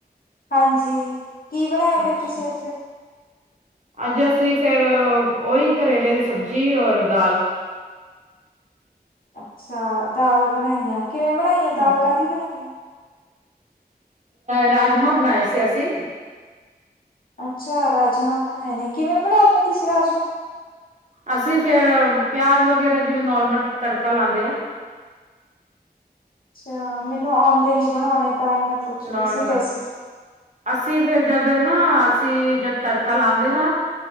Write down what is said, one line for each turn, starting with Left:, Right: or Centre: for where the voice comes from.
Left: ਹਾਂਜੀ ਕੀ ਬਣਾਇਆ ਫਿਰ
Right: ਅੱਛਾ
Left: ਤੁਸੀਂ ਅੱਜ?
Right: ਅੱਜ ਅਸੀਂ ਫਿਰ ਓਹੀ ਕਰੇਲੇ ਦੀ ਸਬਜ਼ੀ ਔਰ ਦਾਲ ।
Left: ਅੱਛਾ ਦਾਲ ਬਣਾਈ ਆ। ਕਿਵੇਂ ਬਣਾਈ ਆ
Right: ਹਾਂਜੀ,
Left: ਦਾਲ ਕਾਹਦੀ ਬਣਾਈ ਆ?
Right: ਰਾਜਮਾਂ ਬਣਾਏ ਸੀ ਅਸੀਂ ।
Left: ਅੱਛਾ ਰਾਜਮਾਂ ਬਣਾਏ ਨੇ ਕਿਵੇਂ? ਬਣਾਉਂਦੇ ਹੋ ਤੁਸੀਂ ਰਾਜਮਾਂ?
Right: ਅਸੀਂ ਫੇਰ ਪਿਆਜ ਵਗੈਰਾ ਜਿਵੇਂ ਨੋਰਮਲ ਤੜਕਾ ਲਾਉਂਦੇ ਆ।
Left: ਅੱਛਾ ਮੈਨੂੰ ਆਉਂਦੇ ਨਹੀਂ । ਬਣਾਉਣੇ ਤਾਂ ਹੀ ਮੈਂ ਪੁੱਛਦੀ
Right: ਨੋਰਮਲ
Left: ਸੀ ਰੈਸਪੀ
Right: ਅਸੀਂ ਫਿਰ ਜਦੋਂ । ਨਾ, ਅਸੀਂ ਜਦ ਤੜਕਾ ਲਗਾਉਂਦੇ ਨਾ।